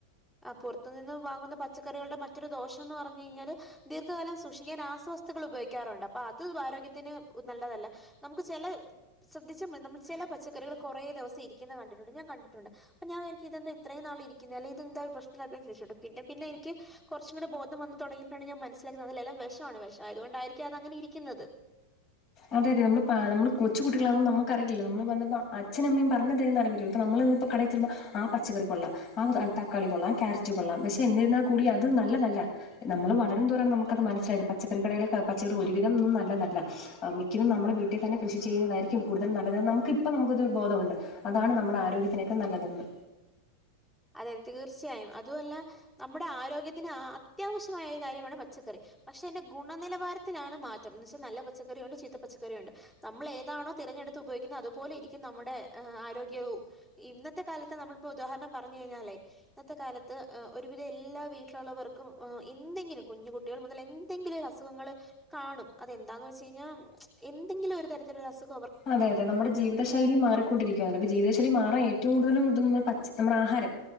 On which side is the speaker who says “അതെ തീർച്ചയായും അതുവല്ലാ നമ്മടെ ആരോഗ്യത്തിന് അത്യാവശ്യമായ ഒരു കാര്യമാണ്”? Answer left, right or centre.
Centre